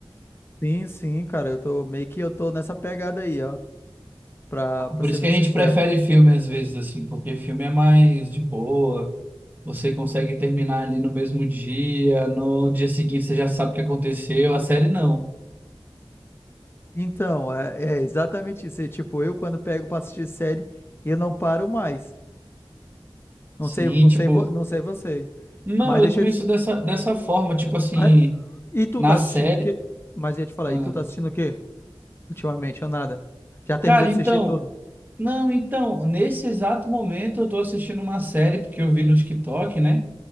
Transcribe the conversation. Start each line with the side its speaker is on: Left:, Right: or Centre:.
Left: Sim, sim, cara, eu tô meio que eu tô nessa pegada aí, ó, pra, pra
Right: Por
Left: ser
Right: isso
Left: bem
Right: que a
Left: sincero.
Right: gente prefere filme às vezes, assim, porque filme é mais de boa. Você consegue terminar ali no mesmo dia, no dia seguinte você já sabe o que aconteceu. A série não.
Left: Então, é, é exatamente isso. é tipo, eu quando pego pra assistir série, eu não paro mais. Não
Right: Sim,
Left: sei, não sei,
Right: tipo,
Left: vo- não sei você.
Right: não,
Left: Mas
Right: eu
Left: deixa
Right: também
Left: eu te.
Right: sou dessa, dessa forma, tipo assim,
Left: Ah, E tu
Right: na
Left: tá assistindo
Right: série.
Left: o quê? Mas eu ia te falar,
Right: Ah,
Left: e tu tá assistindo o quê? Ultimamente, ou nada? Já terminou
Right: Cara,
Left: de
Right: então,
Left: assistir tudo?
Right: não, então, nesse exato momento eu tô assistindo uma série porque eu vi no TikTok, né?